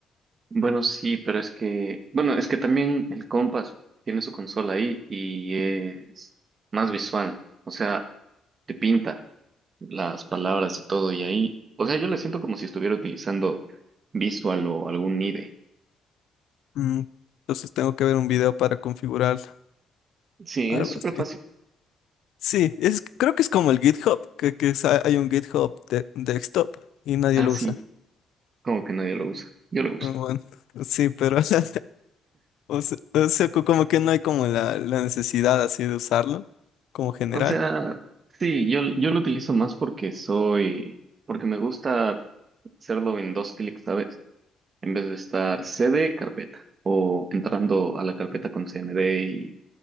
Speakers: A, on the right; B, on the left.
A: Bueno, sí, pero es que... Bueno, es que también el Compass tiene su consola ahí y es más visual. O sea, te pinta. las palabras y todo, y ahí, o sea, yo la siento como si estuviera utilizando Visual o algún IDE.
B: Mm, entonces tengo que ver un video para configurarlo,
A: Sí,
B: algo
A: es súper
B: así.
A: fácil.
B: Sí, es, creo que es como el GitHub, que, que es- hay un GitHub de, desktop y nadie
A: Ah,
B: lo
A: sí,
B: usa.
A: como que nadie lo usa. Yo lo uso.
B: Ah, Bueno, sí, pero... <laughs> O se- o sea, co- como que no hay como la, la necesidad así de usarlo, como general.
A: O sea, sí, yo, yo lo utilizo más porque soy, porque me gusta hacerlo en dos clics, ¿sabes? En vez de estar c d carpeta, o entrando a la carpeta con CMD y